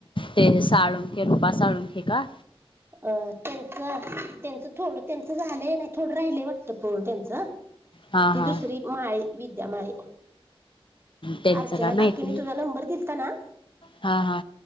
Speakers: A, on the left; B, on the right.
A: ते साळुंखे रुपा साळुंखे का...
B: अं त्यांच त्यांचं थोडं त्यांच झालंय नाही थोडं राहिलंय वाटतं पण त्यांचं...
A: हा
B: ती
A: हा
B: दुसरी माय विद्या माय...
A: त्यांचं
B: अर्चना
A: काय माहिती
B: काकीने
A: नाही
B: तुझा नंबर दिलता ना..
A: हा हा